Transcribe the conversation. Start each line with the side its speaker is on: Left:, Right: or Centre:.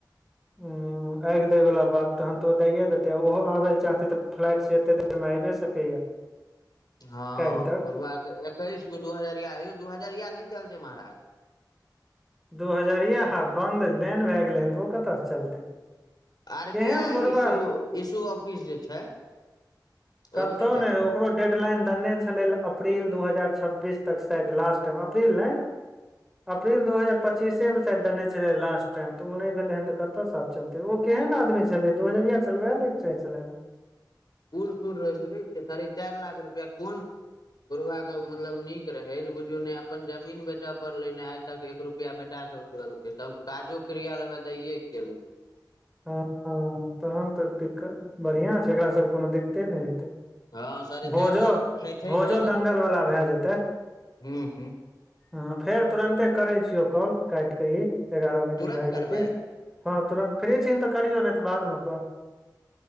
Centre: उ आइग देय वाला बात तहन तो ओ दाइए देते ओहो आबे ले चाहते ते फ्लाइट से एते एहिमे आबे सकैया
Left: हँ
Centre: काल्हि तक
Left: बुढ़बा के एकैस गो दू हजरिया यौ दू हजरिया नय चलतै महाराज
Centre: दू हजरिया आब बन्द बैन भए गेलै हन तऽ ओ कतयसँ चलतै
Left: आर
Centre: केहन
Left: बी आई
Centre: बुढ़बा
Left: इशू इशू ऑफिस जे छै ओहिमे
Centre: कतौ
Left: नहि चलतै
Centre: ने ओकरो डेट डेडलाइन दनै छलै अप्रिल दू हजार छब्बीस तक सायद लास्ट टाइम अप्रील नय अप्रील दू हजार पच्चीसे में शायद देने छलै लास्ट टाइम तऽ ओ नय भेलै हन तऽ कतयसँ आब चलतै ओ केहन आदमी छलै दू हजरिया चलबै लय के चाहि छलै न
Left: बूढ़ सुढ़ रहै बुझै छियै साढ़े चार लाख रुपैआ कोन बुढ़वा के मतलब नीक रहे जे बुझु ने अपन जमीन बेचय पड़ले ने आ तक एक रुपआ बेटा स लेलकै सब काजो क्रिया लेल दैए के गेले
Centre: हँ तहन तऽ दिक्कत बढ़िआँ छै एकरा सभके कोनो दिक्कते नय हेतै
Left: हँ साढ़े
Centre: भोजो
Left: चारि लाख मे छै छै
Centre: भोजो
Left: भए जेतै
Centre: दंगलवला भए जेतै
Left: हूँ हूँ
Centre: हँ फेर तुरन्ते करै छियौ कॉल काइट कऽ ई एगारह मिनट
Left: तुरत
Centre: भए गेलै
Left: करबै
Centre: कि हँ तुरन्त फ्री छी तऽ करियौ ने तऽ बादमे कहऽ